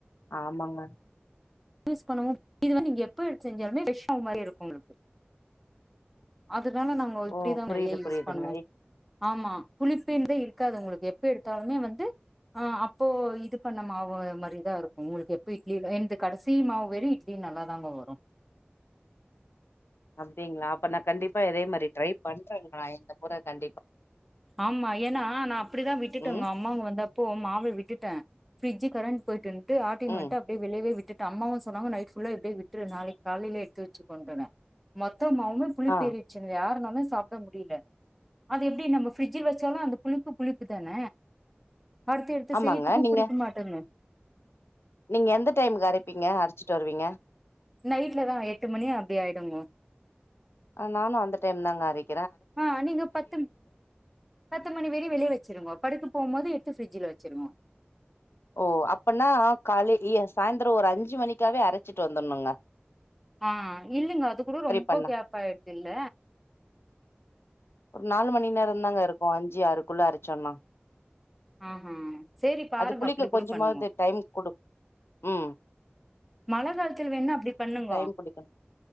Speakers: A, on the left; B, in the centre.
A: ஆமாங்க
B: யூஸ் பண்ணவும் இது வந்து நீங்க எப்ப எடுத் செஞ்சாலுமே ஃப்ரஷ் மாவு மாரி இருக்கும் ஒங்களுக்கு அப் அதனால நாங்கோ இப்டி
A: ஓ
B: தா
A: புரியுது
B: நெறைய யூஸ்
A: புரியுதுங்க
B: பண்ணுவோ ஆமா புளிப் பேந்தே இருக்காது உங்களுக்கு எப்போ எடுத்தாலுமே வந்து ஆ அப்போ இது பண்ண மாவு மாரி தா இருக்கும் ஒங்களுக்கு எப்போ இட்லி எந்து கடைசி மாவு வெரியு இட்லி நல்லா தாங்க வரும்
A: அப்டிங்களா அப்ப நா கண்டிப்பா இதே மாரி ட்ரை பண்றேன்ங்க நா இந்த மொற கண்டிப்
B: ஆமா ஏன்னா நா அப்டிதா விட்டுட்டேங்க
A: ம்
B: அம்மாங்க வந்தப்போ மாவ விட்டுட்டே ஃப்ரிட்ஜ் கரண்ட் போயிட்டுன் டு ஆட்டின்
A: ம்
B: வன்ட்டு அப்டியே வெளியவே விட்டுட் டு அம்மாவு சொன்னாங்க நைட் ஃபுல்லா இப்டியே விட்ரு நாளைக்கி காலேல எடுத்து வச்சிக்கோண்டுன்னு மொத் த மாவுமே புளிப்பு
A: ஆ
B: ஏறிச்சிங்கயா மொதல் நாளே சாப்ட முடியல அத எப்டி நமக்கு ஃப்ரிட்ஜில் வெச்சாலு அந்த புளிப்பு புளிப்புதான அடுத்து எடுத்து
A: ஆமாங்க
B: செய்றதுக்கு
A: நீங்க
B: புடிக்க மாட்டேங்க
A: நீங்க எந்த டைமுக்கு அரைப்பீங்க அரைச்சிட்டு வருவீங்க
B: நைட்லதா எட்டு மணி அப்டி ஆயிடுங்க
A: ஆ நானு அந்த டைம் தாங்க அரைக்
B: ஆ நீங்க பத்தும் பத்து மணி வரைய வெளிய வச்சிருங்கோ படுக்கப்போம் போது எடுத் து ஃப்ரிட்ஜ்ல வச்சிருங்கோ
A: ஓ அப்பன்னா காலே எஸ் சாயந்தரோ ஒரு அஞ்சி மணிக்காவே அரைச்சிட்டு வந்துர்ணுங்க
B: ஆ இல்லைங்க அது கூட ரொம்ப
A: பண்ணா
B: கேப் ஆய்டுதுல்ல
A: ஒரு நாலு மணி நேரம் தாங்க இருக்கும் அஞ் ஜியாருக்குள்ள அரச்சோன்னா
B: ஆஹா சேரி பாருங்க
A: அது புளிக்க
B: அப்டி கூட
A: கொஞ்சமாது
B: பண்ணுங்கோ
A: டைம் கொடுக் உம்
B: மழ காலத்துல வேணா அப்டி பண்ணுங்கோ
A: டைம் குடிக்கணு